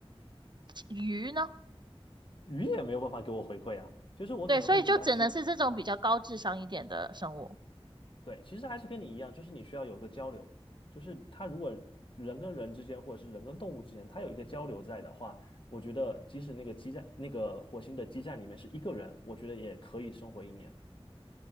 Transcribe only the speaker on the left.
鱼也没有办法给我回馈啊。就是我可能会比较希望，
嗯。对，其实还是跟你一样，就是你需要有个交流，就是他如果人跟人之间，或者是人跟动物之间，他有一个交流在的话，我觉得即使那个基站，那个火星的基站里面是一个人，我觉得也可以生活一年，